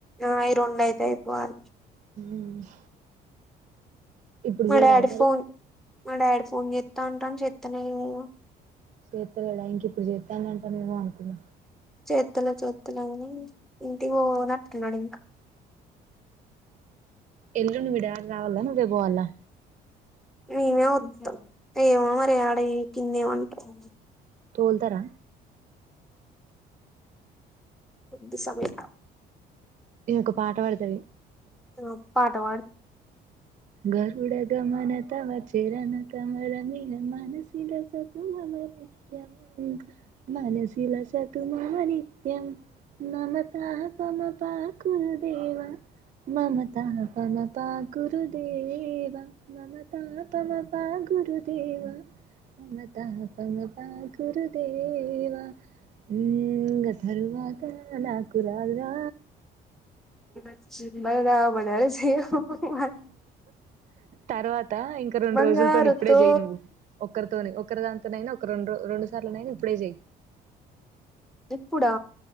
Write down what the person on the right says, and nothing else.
ఉ ఇప్పుడు
చేయరాదు
మరి
చేత్తా లేడా ఇంకెప్పుడు చే దాన్ని అంటారేమో అనుకున్న
ఎల్లుండి మీ డాడీ రావాల నువ్వే పోవాలా
తోల్తరా
ఈయనొక పాట పాడతావి
గరుడగమన తవ తవ చరణ కమరమేహ మనసి లసతు మమ నిత్యం మనసి లసతు మమ నిత్యం మమ త మమ పా గురుదేవా మమ త మమ పా గురుదేవ మమ తాపమ పా గురుదేవ మమ తాపమ పా గురుదేవా ఊ ఇంగా తరువాత నాకు రాదు రా
తర్వాత ఇంకా రెండు
రోజులతో ఇప్పుడే చేయయి నువ్వు ఒకరితో ఒకరి దాంతనైనా ఒక రెండు రెండు సార్లునైనా ఇప్పుడే చేయి